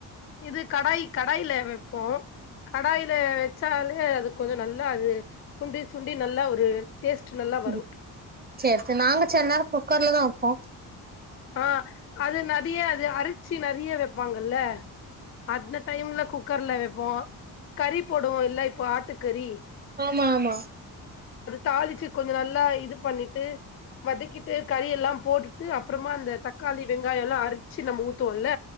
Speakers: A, on the left; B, on the right.
A: இது கடாய் கடாயில வைப்போ கடாயில வச்சாலே அது கொஞ்சோ நல்லா அது சுண்டி சுண்டி நல்லா ஒரு டேஸ்ட் நல்லா வரு
B: ம் சேர் சேரி நாங்க சில நேரோ குக்கர்ல தா வெப்போ
A: ஆ அது ந நெறைய அது அரிச்சி நெறைய வைப்பாங்கல அந்த டைம்ல குக்கர்ல வைப்போ கறி போடுவோ இல்ல இப்போ ஆட்டு கறி
B: ஆமா ஆமா
A: தாளிச்சு கொஞ்சோ நல்லா இது பண்ணிட்டு வதக்கிட்டு கறி யலா போட்டுட்டு அப்புறமா அந்த தக்காளி வெங்காயோ எல்லா ச்சி நம்ம ஊ த்துவோல்ல